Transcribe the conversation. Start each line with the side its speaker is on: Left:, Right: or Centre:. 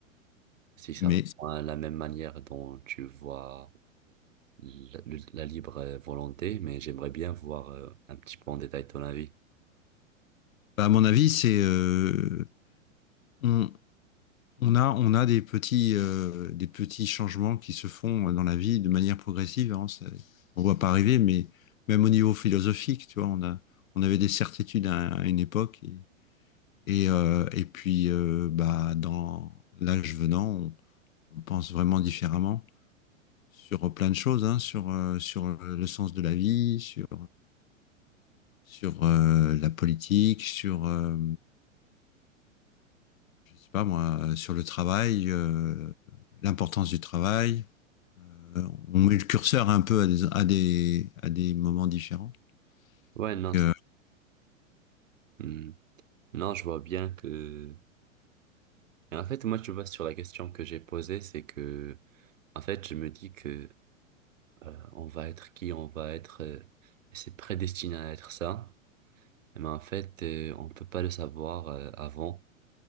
Right: si ça
Left: Mais
Right: Mhm. répond à la même manière dont tu vois la, le- la libre euh, volonté, mais j'aimerais bien voir euh, un petit peu en détail ton avis.
Left: bah, à mon avis, c'est euh, on, On a, on a des petits, euh, des petits changements qui se font dans la vie de manière progressive. Hein, ça- on ne voit pas arriver, mais même au niveau philosophique, tu vois, on a, on avait des certitudes à, à une époque. Et, et, euh, et puis, euh, bah, dans l'âge venant, on, on pense vraiment différemment sur plein de choses, hein, sur, euh, sur le sens de la vie, sur, sur euh, la politique, sur, euh, je sais pas moi, sur le travail, euh, l'importance du travail euh, on met le curseur un peu à des, à des, à des moments différents.
Right: Ouais,
Left: Donc,
Right: non, c'est-
Left: euh,
Right: Hmm. Non, je vois bien que... Et en fait, moi, tu vois, sur la question que j'ai posée, c'est que, en fait, je me dis que euh, on va être qui on va être, euh, c'est prédestiné à être ça, mais en fait, euh, on peut pas le savoir euh, avant.